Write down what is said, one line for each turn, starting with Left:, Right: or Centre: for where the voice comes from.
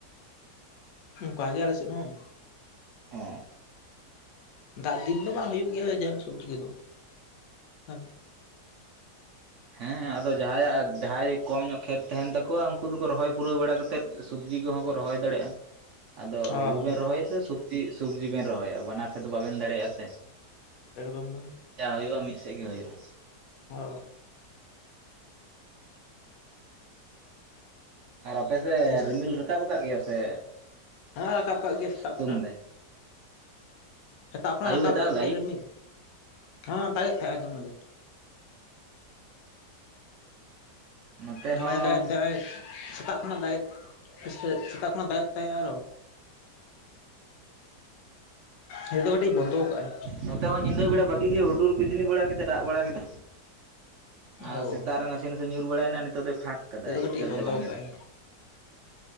Left: ᱠᱟ ᱜᱮ ᱟᱞᱮ ᱥᱮᱫ ᱦᱚᱸ
Right: ᱮ
Left: ᱫᱟᱜ ᱫᱤᱱ ᱫᱚ ᱵᱟᱝ ᱦᱩᱭᱩᱜ ᱜᱮᱭᱟ ᱡᱟᱦᱟᱸ ᱥᱚᱵᱡᱤ ᱠᱚᱫᱚ ᱵᱟᱝ
Right: ᱦᱮᱸ ᱟᱫᱚ ᱡᱟᱦᱟᱸᱭᱟᱜ ᱡᱟᱦᱟᱸᱭ ᱠᱚᱢ ᱧᱚᱜ ᱠᱷᱮᱛ ᱛᱟᱦᱮᱱ ᱛᱟᱠᱚᱣᱟ ᱩᱱᱠᱩ ᱫᱚᱠᱚ ᱨᱚᱦᱚᱭ ᱯᱩᱨᱟᱹᱣ ᱵᱟᱲᱟ ᱠᱟᱛᱮᱫ ᱥᱩᱵᱡᱤ ᱠᱚᱦᱚᱸ ᱠᱚ ᱨᱚᱦᱚᱭ ᱫᱟᱲᱮᱭᱟᱜᱼᱟ ᱟᱫᱚ
Left: ᱦᱳᱭ
Right: ᱦᱩᱲᱩ ᱵᱮᱱ ᱨᱚᱦᱚᱭᱟ ᱥᱮ ᱥᱩᱵᱡᱤ ᱥᱩᱵᱡᱤ ᱵᱮᱱ ᱨᱚᱦᱚᱭᱟ ᱵᱟᱱᱟᱨ ᱥᱮᱫ ᱫᱚ ᱵᱟᱵᱮᱱ ᱫᱟᱲᱮᱭᱟᱜᱼᱟ ᱥᱮ
Left: ᱮᱠ ᱫᱚᱢ ᱵᱟᱝ
Right: ᱡᱟ ᱦᱳᱭᱳᱜ-ᱟ ᱢᱤᱜ ᱥᱮᱜ ᱜᱮ ᱦᱩᱭᱩᱜ-ᱟ
Left: ᱚ
Right: ᱟᱨ ᱟᱯᱮ ᱥᱮᱜ
Left: ᱵᱮᱥ
Right: ᱨᱤᱢᱤᱞ ᱨᱟᱠᱟᱵ ᱟᱠᱟᱜ ᱜᱮᱭᱟ ᱥᱮ
Left: ᱦᱟᱸ ᱨᱟᱠᱟᱵ ᱠᱟᱜ ᱜᱮᱭᱟ ᱥᱮᱛᱟᱜ
Right: ᱥᱤᱛᱩᱝ
Left: ᱠᱷᱚᱱᱟᱜ,
Right: ᱫᱟᱭ
Left: ᱥᱮᱛᱟᱜ ᱠᱷᱚᱱᱟᱜ
Right: ᱟᱹᱭᱩᱵ
Left: ᱨᱟᱠᱟᱵ
Right: ᱮ ᱫᱟᱜ
Left: ᱠᱟᱜ
Right: ᱞᱮᱫᱟ
Left: ᱜᱮᱭᱟ
Right: ᱟᱹᱭᱩᱵ
Left: ᱨᱤᱢᱤᱞ᱾ ᱦᱚᱸ ᱫᱟᱜᱮᱫ ᱛᱟᱦᱮᱸᱜ-ᱟᱭ ᱫᱚᱢ ᱜᱮ᱾
Right: ᱱᱚᱛᱮ
Left: ᱫᱚᱢᱮ
Right: ᱦᱚᱸ
Left: ᱜᱮ ᱫᱟᱜᱮᱜ ᱛᱟᱦᱮᱸᱜ-ᱟᱭ ᱥᱮᱛᱟᱜ ᱠᱷᱚᱱᱟᱜ ᱫᱟᱜᱮᱫ, ᱥᱮ ᱥᱮᱛᱟᱜ ᱠᱷᱚᱱᱟᱜ ᱫᱟᱜᱮᱫ ᱛᱟᱦᱮᱸᱜ ᱟᱨᱚ᱾ ᱱᱤᱛ ᱫᱚ ᱠᱟᱹᱴᱤᱡ ᱵᱚᱱᱫᱚ ᱠᱟᱜᱼᱟᱭ᱾
Right: ᱱᱚᱛᱮ ᱦᱚᱸ ᱧᱤᱫᱟᱹ ᱵᱮᱲᱟ ᱵᱷᱟᱹᱜᱤ ᱜᱮ ᱦᱩᱰᱩᱨ ᱵᱤᱡᱽᱞᱤ ᱵᱟᱲᱟ ᱠᱟᱛᱮᱫ ᱫᱟᱜ ᱵᱟᱲᱟ ᱠᱮᱫᱟᱭ᱾ ᱟᱸ
Left: ᱚ
Right: ᱥᱮᱛᱟᱜ ᱨᱮ ᱱᱟᱥᱮ ᱱᱟᱥᱮ ᱧᱩᱨ ᱵᱟᱲᱟᱭᱮᱱᱟ ᱱᱤᱛᱚᱜ ᱫᱚᱭ ᱯᱷᱟᱸᱠ ᱠᱟᱫᱟᱭ
Left: ᱱᱤᱛ ᱫᱚ ᱠᱟᱹᱴᱤᱡ
Right: ᱮᱠᱮᱞ
Left: ᱵᱚᱱᱫᱚ
Right: ᱛᱮ ᱵᱟᱝ ᱧᱩᱨᱩᱜ
Left: ᱠᱟᱜᱼᱟᱭ
Right: ᱠᱟᱱᱟ᱾